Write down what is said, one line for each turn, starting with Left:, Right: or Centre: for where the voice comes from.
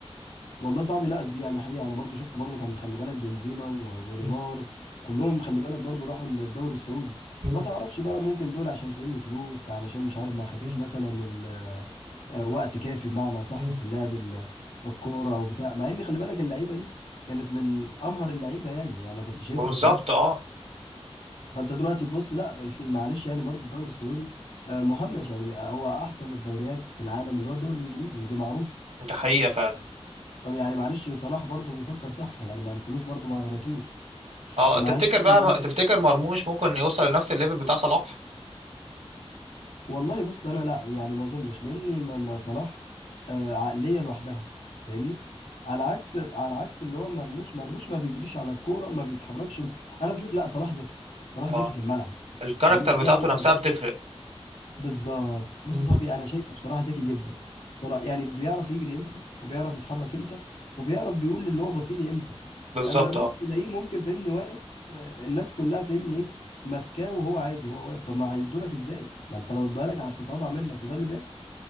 Left: والله صعب لا دي يعني حقيقة أنا برضو شفت برضو كان خلي بالك بنزيما و- ونيمار
Right: مم.
Left: كلهم خلي بالك برضو راحوا للدوري السعودي
Right: مم.
Left: ما تعرفش بقى ممكن دول عشان فاهمني فلوس علشان مش عارف ما خدوش
Right: مم.
Left: مثلا ال- آه، وقت كافي بمعنى صح
Right: مم.
Left: في لعب ال- الكورة أو بتاع مع إن خلي بالك اللعيبة دي كانت من أمهر اللعيبة يعني أنا كنت شايفها
Right: بالظبط
Left: بصراحة
Right: اه
Left: فأنت دلوقتي تبص لا <laughs> معلش يعني برضو الدوري السعودي آه، مهمش يعني هو أحسن الدوريات في العالم اللي هو الدوري الإنجليزي ودي معروفة
Right: ده حقيقه فعلا
Left: يعني معلش صلاح برضه بيفكر صح يعني مع الفلوس برضه ما غلطوش
Right: اه
Left: ما
Right: تفتكر
Left: قالش مثلا
Right: بقى
Left: إن انا
Right: تفتكر مرموش ممكن يوصل لنفس الليفل بتاع صلاح
Left: والله بص انا لا يعني ما اظنش لان ما ما صلاح آه، عقليه لوحدها فاهمني على عكس على عكس اللي هو مرموش مرموش ما بيجريش على الكوره ما بيتحركش انا بشوف لا صلاح ذكي صلاح ذكي
Right: اه
Left: في الملعب
Right: الكاركتر
Left: فاهمني ودي
Right: بتاعته
Left: اهم
Right: نفسها
Left: حاجه
Right: بتفرق
Left: بالظبط بص
Right: مم.
Left: يا صاحبي انا شايفه بصراحه ذكي جدا صراحه يعني بيعرف يجري امتى وبيعرف يتحرك امتى وبيعرف بيقول للي هو بصيلي امتى
Right: بالظبط
Left: أما مرموش
Right: اه
Left: تلاقيه ممكن فهمني واقف آه، الناس كلها فهمني ايه ماسكاه وهو عادي هو واقف طب ما هيدولك ازاي ما انت لو ادالك هتتقطع منك وده اللي بيحصل